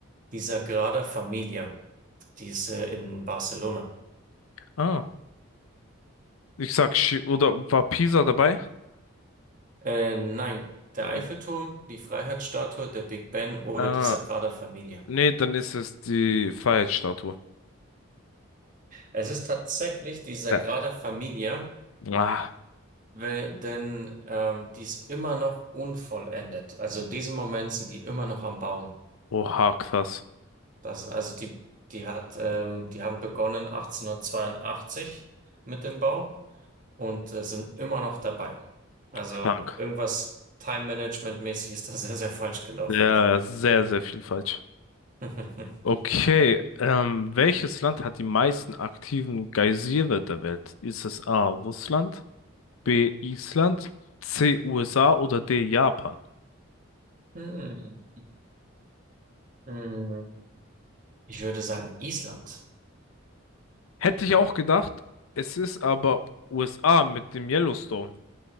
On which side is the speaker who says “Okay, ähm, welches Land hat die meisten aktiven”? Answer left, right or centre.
Left